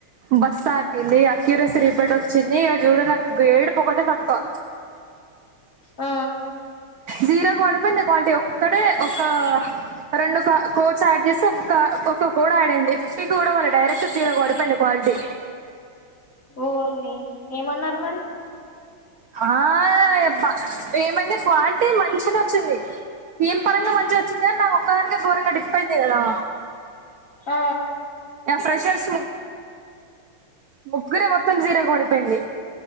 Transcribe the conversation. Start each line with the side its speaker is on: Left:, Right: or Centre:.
Right: బస్ ఆంది ఆ క్యూరసరి ఇబటి వచ్చింది ఇక చూడు నాకు ఏడుపుక్కటే తక్కువ
Left: ఆ
Right: జీరో పడిపోయింది కాలటీ ఒక్కడే ఒక రెండు కోట్ చార్జెస్ ఒక ఒక కూడా ఆడడి ఫిఫ్టీ కూడా మళ్ళ డైరెక్ట్ దీలోడిపండి క్వాలిటీ
Left: ఊర్ని ఏమన్నారు మరి
Right: ఆబ ఏమనా క్లటీ మంచి వచ్చింది ఏం పరంగా మంచిగా వచ్చింది కదా నా ఒక్కదాక ఘోరంగా డిపోయింది కదా
Left: ఆ
Right: ఫ్రెషర్స్ ముగ్గురే మొత్తం జీర కొడిపోయింది